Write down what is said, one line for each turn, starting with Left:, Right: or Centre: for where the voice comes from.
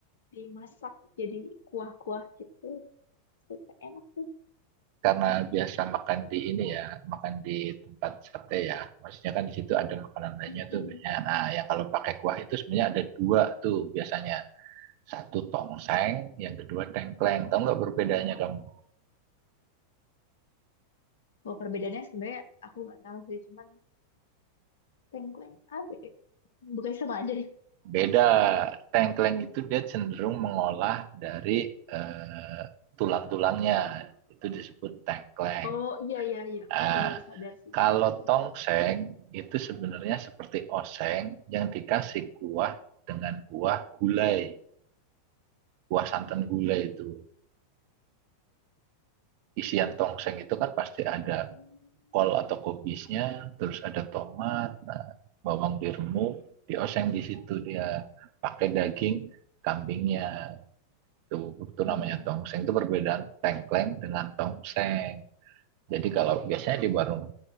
Left: dimasak jadi kuah-kuah gitu super enak tuh
Right: karena biasa makan di ini ya, makan di tempat sate ya. Maksudnya kan di situ ada makanan lainnya
Left: mm
Right: tuh biasanya. Nah, yang kalau pakai kuah itu sebenarnya ada dua tuh biasanya. Satu tongseng, yang kedua tengkleng. Tahu nggak perbedaannya kamu?
Left: Bahwa perbedaannya sebenarnya aku nggak tahu sih cuman tengkleng apa ya? bukan sama aja ya
Right: Beda. Tengkleng itu dia cenderung mengolah dari eh, tulang-tulangnya. Itu disebut tengkleng.
Left: oh iya iya iya
Right: Nah,
Left: aku baru sadar sih
Right: kalau tongseng itu sebenarnya seperti oseng yang dikasih kuah dengan kuah gulai. kuah santan gulai itu. Isian tongseng itu kan pasti ada
Left: hmm
Right: kol atau kobisnya, terus ada tomat, nah, bawang diremuk, dioseng di situ dia pakai daging kambingnya. Itu, itu namanya
Left: iya.
Right: tongseng. Itu perbedaan tengkleng dengan tongseng. Jadi kalau biasanya di warung,